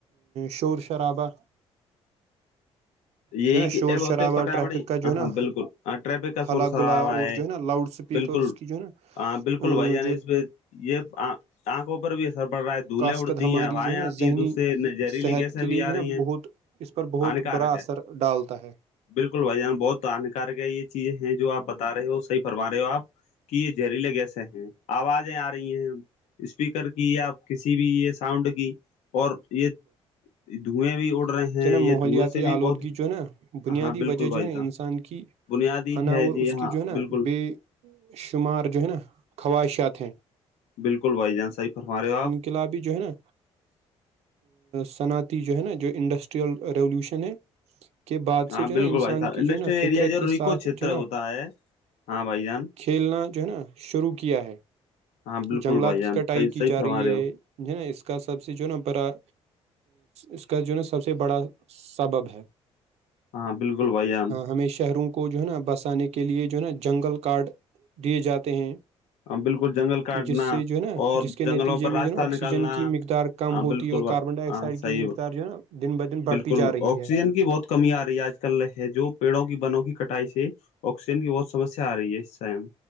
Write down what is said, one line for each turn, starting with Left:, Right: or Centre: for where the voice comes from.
Right: شور شرابہ
Left: ا یہی
Right: جو ہے نا
Left: کہ
Right: شور
Left: اب ہوتے
Right: شرابہ
Left: پٹا
Right: ٹریفک
Left: بڑی
Right: کا جو
Left: ہ
Right: ہے نا
Left: ہاں بالکل ہ ٹریفک کا
Right: ہلا
Left: سورس ہرا
Right: گلا
Left: ہوا
Right: اور
Left: ہے
Right: جو نا لاؤڈ اسپیکرس
Left: بالکل
Right: کی جو ہے نا
Left: ہاں بالکل
Right: ا
Left: بھائی جان
Right: جو
Left: اس یہ آنکھوں پر بھی اثر پڑ رہا ہے دھولیں
Right: کاسکد
Left: اڑتی
Right: ہماری
Left: ہیں ہوائیں
Right: جو ہے نا
Left: آتی
Right: ذہنی
Left: ہیں تو اس سے ن- زہریلی
Right: صحت
Left: گیسیں
Right: کے
Left: بھی
Right: لیے
Left: آ
Right: جو ہے
Left: رہی
Right: نا
Left: ہیں
Right: بہت اس پر بہت
Left: ہانیکارک
Right: برا اثر
Left: ہے
Right: ڈالتا ہے
Left: بالکل بھائی جان بہت ہانکار کے یہ چیزیں ہیں جو آپ بتا رہے ہو صحی فرما رہے ہو آپ کہ یہ زہریلے گیس ہیں آوازیں آ رہی ہیں اسپیکر کی یا کسی بھی یہ ساؤنڈ کی اور یہ دھوئیں بھی اڑ رہے ہیں
Right: چ نا
Left: یہ
Right: ماحولیاتی
Left: دھوئیں سے بھی
Right: آلودگی
Left: بہت
Right: جو ہے نا بنیادی
Left: ہاں بالکل
Right: وجہ
Left: بھائی
Right: جو ہے نا
Left: صاحب
Right: انسان کی
Left: بنیادی
Right: اناور
Left: ہے جی
Right: اس
Left: ہاں
Right: کی جو ہے نا
Left: بالکل
Right: بے شمار جو ہے نا خواہشات ہیں
Left: بالکل بھائی جان صحی فرم رہے ہو آپ
Right: کلابی جو ہے نا صنعتی جو ہے نا جو انڈسٹریل ریولوشن ہے کے بعد
Left: ہاں
Right: سے جو
Left: بالکل
Right: ہے نا انسان
Left: بھائی صاحب
Right: کی
Left: انڈسٹریل
Right: جو ہے نا
Left: ایریا
Right: فطرت
Left: جو
Right: کے
Left: ریکو
Right: ساتھ
Left: چھیتر
Right: جو ہے نا
Left: ہوتا ہاں بھائی جان
Right: کھیلنا جو ہے نا شروع کیا ہے
Left: ہاں بالکل
Right: جنگلات
Left: بھائی جان
Right: کی کٹائی
Left: صحیح
Right: کی
Left: صحیح
Right: جا
Left: فرما
Right: رہی
Left: رہے
Right: ہے
Left: ہو
Right: ج نا اس کا سب سے جو نا برا اس کا جو ہے نا سب سے بڑا سبب ہے
Left: ہاں بالکل بھائی جان
Right: ہمیں شہروں کے کو جو ہے نا بسانے کے لیے جو ہے نا جنگل کارڈ دیے جاتے ہیں
Left: ہاں بالکل جنگل کاٹنا
Right: جس سے جو ہے نا
Left: اور
Right: جس کے نتیجے
Left: جنگلوں پر
Right: میں
Left: راستہ
Right: جو ہے نا آکسیجن
Left: نکالنا
Right: کی مقدار کم
Left: ہاں
Right: ہوتی
Left: بالکل
Right: ہے اور
Left: بھائی-
Right: کاربن ڈائی آکسائڈ
Left: ہاں صحیح
Right: کی جو مقدار جو ہے نا دن بہ دن
Left: بالکل
Right: بڑھتی جا رہی
Left: آکسیجن
Right: ہے
Left: کی بہت کمی آ رہی ہے آج کل ہے جو پیڑوں کی بنوں کی کٹائی سے آکسیجن کی بہت سمیا آ رہی ہے اس ٹائم